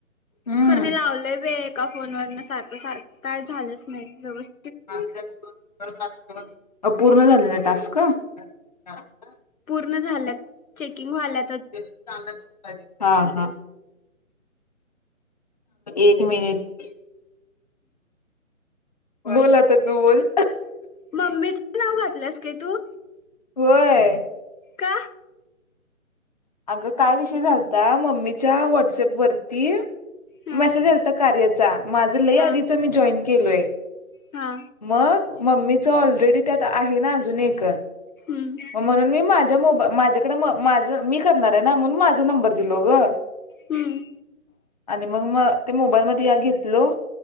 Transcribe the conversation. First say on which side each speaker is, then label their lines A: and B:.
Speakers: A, on the left; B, on the left.
A: हम्म
B: खर मी लावलय <unintelligible> का फोन व न सारखं -सारखं काय झालंच नाही व्यवस्थ
A: <unintelligible> पूर्ण झाले न टास्क. <unintelligible>
B: पूर्ण झाल्यात, चेकिंग व्हायल्यात.
A: <unintelligible> हा हा एक मिनिट. बोल आता तू बोल.
B: मम्मीच नाव घातल्यास काय तू.
A: होय.
B: का.
A: अग काय विषय झालता मम्मीच्या व. वॉटसअप वरती
B: हा
A: मेसेज आलता कार्याचा. माझं लय
B: हा
A: आधीच मी जॉईन केलोय.
B: हा
A: मग? मम्मी ऑलरेडी त्यात आहे ना अजून एक
B: हम्म
A: म्हणून मी माझ्या. <unintelligible> मी करणारयं ना म्हणून माझा नंबर दिलो गं.
B: हम्म
A: आणि मग म ते मोबाईल मध्ये या घेत घेतलो